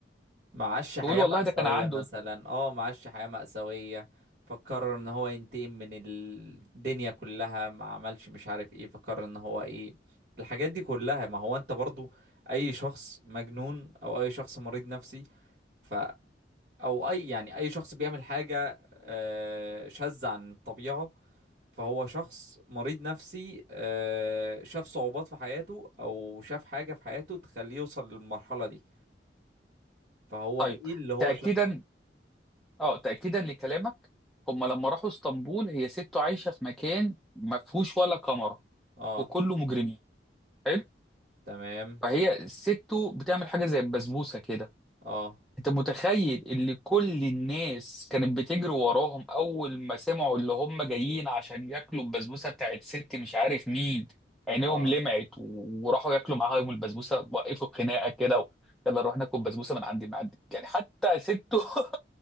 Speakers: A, on the right; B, in the centre.
A: معاش حياة
B: تقول والله
A: مأساوية
B: ده كان عنده
A: مثلا اه معاش حياة مأساوية فقرر ان هو ينتقم من الدنيا كلها ما عملش مش عارف ايه فقرر ان هو ايه الحاجات دي كلها ما هو انت برضو اي شخص مجنون او اي شخص مريض نفسي ف او اي يعني اي شخص بيعمل حاجة آه، شاذة عن الطبيعة فهو شخص مريض نفسي آه، شاف صعوبات في حياته او شاف حاجة في حياته تخليه يوصل للمرحلة دي فهو
B: طيب
A: ايه اللي هو
B: تاكيدا
A: شافه
B: اه تاكيدا لكلامك هم لما راحوا اسطنبول هي سته عايشه في مكان ما فيهوش ولا كاميرا
A: اه
B: وكله مجرمين حلو
A: تمام
B: فهي سته بتعمل حاجه زي البسبوسه كده
A: اه
B: انت متخيل اللي كل الناس كانت بتجري وراهم اول ما سمعوا اللي هم جايين عشان ياكلوا البسبوسه بتاعت ست مش عارف مين عينيهم
A: اه
B: لمعت و- وراحوا ياكلوا معاهم البسبوسه وقفوا خناقه كده و... يلا نروح ناكل بسبوسه من عندي من عندي يعني حتى سته <laughs>